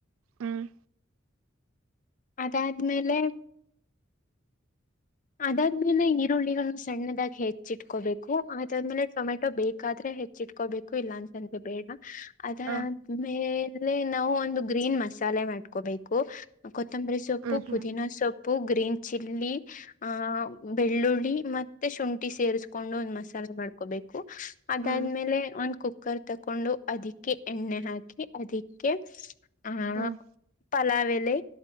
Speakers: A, on the right; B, on the left.
A: ಹ್ಮ್
B: ಅದಾದ್ಮೇಲೆ ಅದಾದ್ಮೇಲೆ ಈರುಳ್ಳಿಗಳನ್ನ ಸಣ್ಣದಾಗಿ ಹೆಚ್ಚಿಟ್ಕೋಬೇಕು ಅದಾದ್ಮೇಲೆ ಟೊಮೆಟೊ ಬೇಕ ಬಾದ್ರೆ ಹೆಚ್ಚಿಟ್ಕೋಬೇಕು ಇಲ್ಲ ಅಂತಂದೆ ಬೇಡ ಅದಾದ್ಮೇಲೆ
A: ಹ
B: ನಾವು ಒಂದು ಗ್ರೀನ್ ಮಸಾಲೆ ಮಾಡ್ಕೋಬೇಕು ಕೊದಂಬರಿ ಸೊಪ್ಪು
A: ಹ್ಮ್
B: ಪುುದಿನ
A: ಹ್ಮ್
B: ಸೊಪು ಗ್ರೀನ್ ಚಲ್ಲಿ ಆಹ ಬೆಳ್ಳುಳ್ಳಿ ಮತ್ತೆ ಶುಂಠಿ ಸೇರಿಸಕೊಂಡು ಒಂದ್ ಮಸಾಲೆ ಮಾಡ್ <unintelligible> ಅದಾದ್ಮೇಲೆ
A: ಹ್ಮ್
B: ಒಂದ ಕು ಕುಕ್ಕರ್ ತಕೊಂಡು ಅದಿಕ್ಕೆ ಎಣ್ಣೆ ಹಾಕಿ ಅದಿಕ್ಕೆ ಆಹ
A: ಹ್ಮ್
B: ಪಲಾವೆಲೆ